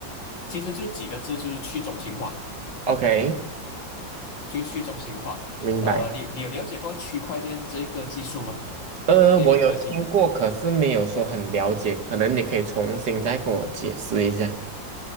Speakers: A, on the left; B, on the right.
A: 其实就几个字，就是去中心化，
B: ，OK，
A: 就是去中心化。
B: 明白。
A: 呃，你你有了解过区块链这个技术吗？
B: 呃，
A: 这个科技？
B: 我有听过，可是没有说很了解，可能你可以重新再跟我解释一下。